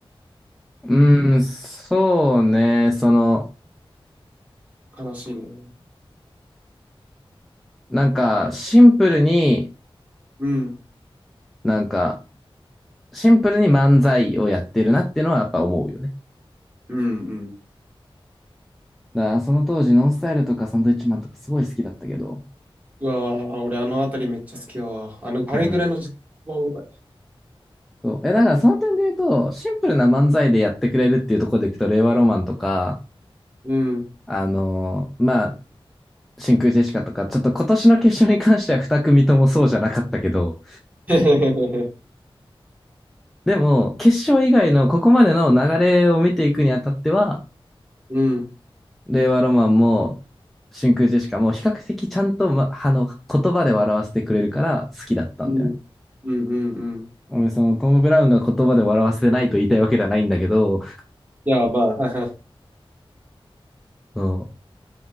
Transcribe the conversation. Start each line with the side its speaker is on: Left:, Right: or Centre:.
Centre: うーん、そうね、その、
Right: 悲しいね。
Centre: なんかシンプルに、
Right: うん、
Centre: なんか、シンプルに漫才をやってるなっていうのはやっぱ思うよね。
Right: うん、うん。
Centre: だからその当時ノンスタイルとかサンドイッチマンとかすごい好きだったけど、
Right: うわー、俺あのあたりめっちゃ好きだわ。あの、あれぐらいの時間はうまい。
Centre: うん。そう。え、だからその点で言うと、シンプルな漫才でやってくれるっていうところでいくと、令和ロマンとか、
Right: うん。
Centre: あのーまあ、真空ジェシカとか、ちょっと今年の決勝に関しては二組ともそうじゃなかったけど、
Right: <laughs>
Centre: でも、決勝以外のここまでの流れを見ていくにあたっては、
Right: うん、
Centre: 令和ロマンも真空ジェシカも比較的ちゃんと、ま、あの、言葉で笑わせてくれるから好きだったんだよね。
Right: うん、うん、うん、うん。
Centre: うんそのトム・ブラウンが言葉で笑わせてないと言いたいわけではないんだけど、
Right: いや、まあ、はいはい。
Centre: うん。だか